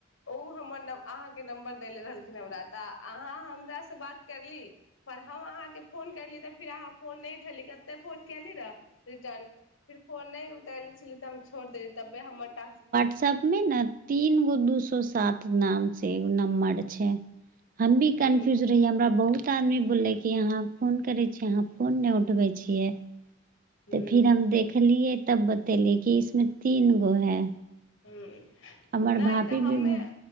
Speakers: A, on the left; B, on the right.
A: उ हमर नम आहाँके नम्बर दैेले रहलखिन हमरा तऽ आहाँ हमरासँ बात करली? पर हम आहाँकेँ फोन करली तऽ फेर आहाँ फोन नै उठेली कते फोन कयली रहए रिटर्न? फिर फोन नै उतेली छेली तऽ हम छोड़ देली तबे हमर टास्क।
B: सब मे ने तीन गो दू सो सात नाम से एगो नम्बर छै। हम भी कन्फ्यूजन-
A: हूँ
B: रहि हमरा बहुत आदमी बोलले कि आहाँ फोन करे छी आहाँ फोन नै उठबे छियै।
A: हूँ
B: तऽ फिर हम देखलियै तब बतेलीै कि इसमे तीन गो है।
A: हूँ
B: हमर
A: नै
B: भाभी
A: तऽ हमे-
B: भी